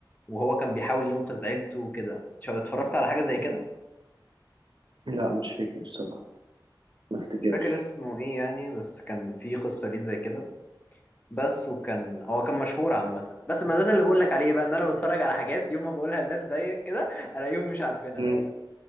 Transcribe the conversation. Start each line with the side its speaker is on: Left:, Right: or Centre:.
Left: وهو كان بيحاول ينقذ عيلته وكده شو- اتفرجت على حاجة زي كده
Right: لا مش فاكر الصراحة ما افتكرش
Left: مش فاكر اسمه ايه يعني بس كان في قصة ليه زي كده بس وكان هو كان مشهور عامة بس ما ده ده اللي بقول لك عليه بقى ان انا بتفرج على حاجات يوم ما بقولها لناس زيك كده الاقيهم مش عارفينها
Right: مم.